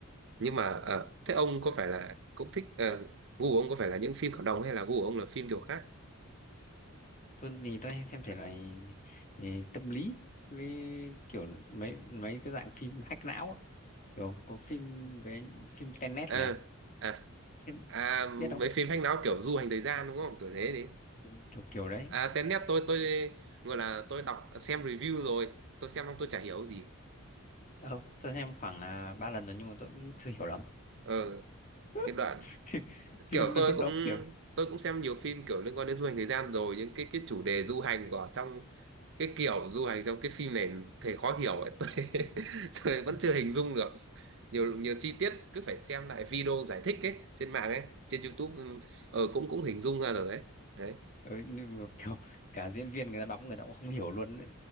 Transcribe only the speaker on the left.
tôi thì tôi hay xem thể loại ừ, tâm lý với kiểu mấy mấy cái dạng phim hack não ấy kiểu có phim với phim Tenet
này
em
biết không
kiểu kiểu, kiểu đấy
ờ tôi xem khoảng à, ba lần rồi nhưng mà tôi cũng chưa hiểu lắm
<laughs>
phim
nó,
nó
kiểu
<laughs>
ừ, nhưng mà kiểu cả diễn viên người ta đóng người ta cũng không hiểu luôn ấy.